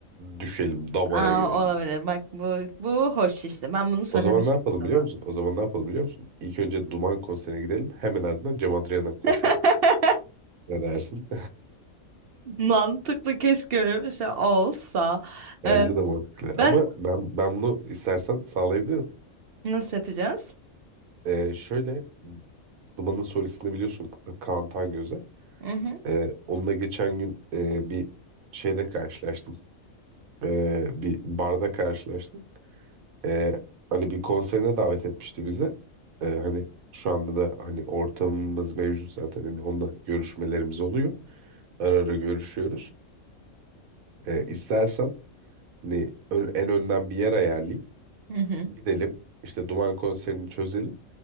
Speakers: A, on the right; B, on the right.
A: düşelim,
B: <laughs>
A: damara
B: Aa,
A: girelim.
B: olabilir. Bak bu bu hoş işte. Ben bunu söylemiştim
A: O zaman ne yapalım
B: sana.
A: biliyor musun? O zaman ne yapalım biliyor musun? İlk önce Duman konserine gidelim. Hemen ardından Cem Adrian'a koşalım.
B: <laughs>
A: Ne dersin?
B: Mantıklı keşke öyle bir şey olsa.
A: <laughs> Bence
B: Ee,
A: de mantıklı.
B: ben
A: Ama ben ben bunu istersen sağlayabilirim.
B: nasıl yapacağız?
A: Ee, şöyle Duman'ın solistini biliyorsun Kaan Tangöze.
B: Hı hı.
A: Ee, onunla geçen gün e, bir şeyde karşılaştım. Ee, bir barda karşılaştım. e, hani bir konserine davet etmişti bizi. E, hani şu anda da hani ortamımız mevcut zaten. Hani onunla görüşmelerimiz oluyor. Ara ara görüşüyoruz. E, istersen hani ö- en önden bir yer ayarlayayım.
B: Hı hı.
A: Gidelim. İşte Duman konserini çözelim.